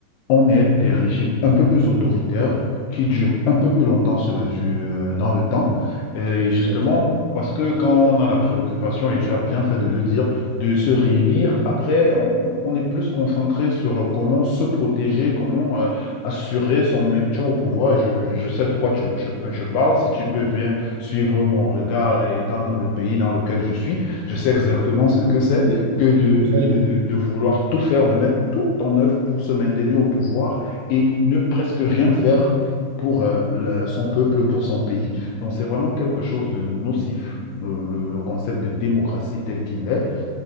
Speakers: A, on the left; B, on the right.
A: on est des régimes un peu plus autoritaires qui durent un peu plus longtemps, cela du, euh, dans le temps. Et justement,
B: Exact.
A: parce que quand on a la préoccupation, et tu as bien fait de le dire, de se réélire, après, on, on- est plus concentré sur euh, comment se protéger, comment euh, assurer son maintien au pouvoir. Et je, je sais de quoi tu- je, je parle. Si tu peux bien suivre mon regard étant dans le pays dans lequel je suis, je sais exactement ce que c'est
B: Oui,
A: que de,
B: absolument.
A: de, de, de- de vouloir tout faire, de mettre tout en œuvre pour se maintenir au pouvoir et ne presque rien faire pour euh, le- son peuple, pour son pays. Donc c'est vraiment quelque chose de nocif, le, le- le concept de démocratie tel qu'il est